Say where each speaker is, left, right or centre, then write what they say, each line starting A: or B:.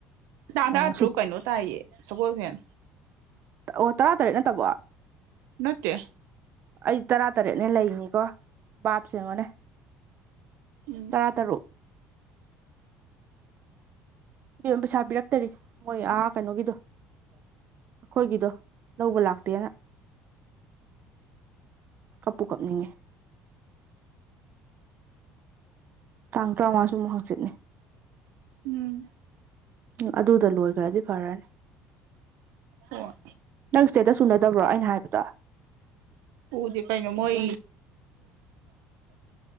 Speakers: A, on the right (about 75°); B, on the right (about 45°).
A: ꯇꯥꯡ
B: ꯑꯣ
A: ꯇꯔꯥ ꯇꯔꯨꯛ
B: ꯁꯨ
A: ꯀꯩꯅꯣ ꯇꯥꯏꯌꯦ ꯁꯒꯣꯜꯁꯦꯟ
B: ꯑꯣ ꯇꯔꯥ ꯇꯔꯦꯠ ꯅꯠꯇꯕꯣ
A: ꯅꯠꯇꯦ
B: ꯑꯩ ꯇꯔꯥ ꯇꯔꯦꯠꯅꯦꯅ ꯂꯩꯅꯤꯀꯣ ꯕꯥꯞꯁꯦ ꯌꯦꯡꯉꯣꯅꯦ
A: ꯎꯝ
B: ꯇꯔꯥ ꯇꯔꯨꯛ ꯏꯕꯦꯝ ꯄꯩꯁꯥ ꯄꯤꯔꯛꯇꯔꯤ ꯃꯣꯏ ꯑꯥ ꯀꯩꯅꯣꯒꯤꯗꯣ ꯑꯩꯈꯣꯏꯒꯤꯗꯣ ꯂꯧꯕ ꯂꯥꯛꯇꯦꯅ ꯀꯞꯄꯨ ꯀꯞꯅꯤꯡꯉꯦ ꯇꯥꯡ ꯇꯔꯥꯃꯉꯥꯁꯨ ꯑꯃꯨꯛ ꯍꯥꯡꯆꯤꯠꯅꯤ
A: ꯎꯝ
B: ꯎꯝ ꯑꯗꯨꯗ ꯂꯣꯏꯈ꯭ꯔꯗꯤ ꯐꯔꯅꯤ
A: ꯍꯣꯏ
B: ꯅꯪ ꯁ꯭ꯇꯦꯠꯇꯁ ꯎꯅꯗꯕ꯭ꯔꯣ ꯑꯩꯅ ꯍꯥꯏꯕꯗꯣ
A: ꯎꯗꯦ ꯀꯩꯅꯣ ꯃꯣꯏ